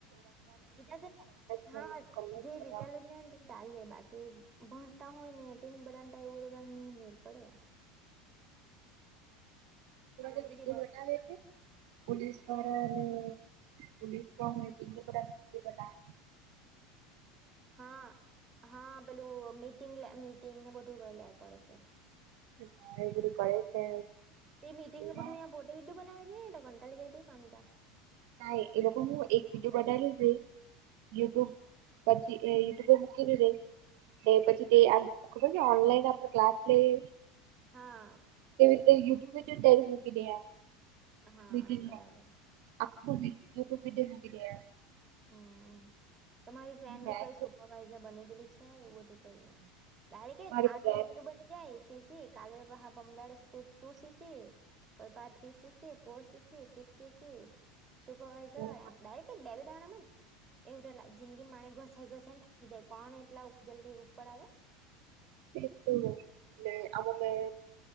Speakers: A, on the right; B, on the right.
A: એીધા છે ને
B: કન્વેન્સ
A: હા જે
B: કરવાનું
A: વિચારું ચાલ જાય બાકી ભણતા હોય ને ટીન બડાતા એવું રો નહીં મેર પડે શાંતિથી
B: એ વિડીયો
A: દસ
B: બતાવે છે પોલીસ દ્વાળા
A: હે
B: અને પોલીસ પણઈ તેને બા ન બતા
A: હા. હા પેલું મીટિંગ મીટિંગને બધું ક લે કરે છે.
B: હા એ બધું કરે છે.
A: એ મિટીંગને
B: એમાં
A: બધુંહીં પોતે વિડીધ બનાવેગ કે એ તો ઘ કતાાલી જાય તો કામટ
B: ના એ લોકો હું એક વિડીયો બનાવી લ યુટ્યુબ પછી યુટ્યુબ મૂકેલ રે પછી તે આમ ખબર છે ઓનલાઈન આપ ક્લાસ લઈ
A: હા.
B: કે ટ્યુબકી
A: હા
B: મીટંગમા
A: બરાબર
B: આપકું બી યુટ્યબ ભી દેને ગયા
A: હમ તમારી
B: દે
A: ફ્રેન્ડ બી કઈ સુપરવાઈઝર બની ગયેલી છે એવું બધું. ડક
B: મારી
A: આજે
B: ફ્રેન્ડ
A: પેલું બને. જઈ શીશી કાલે બહા બમડ ર તું તું શીશી. પપ ત્રી C સસી four CC six CC. સુપરવાઈઝર
B: હું
A: એમ ડાયરેક્ટ દેવી દાણામાં જ એવ જિંદગી મારે ઘસાઈ ઘસાયને. કીધ કોણ એટલા જલ્દી ઉપર આવે.
B: એ તો. આમ મે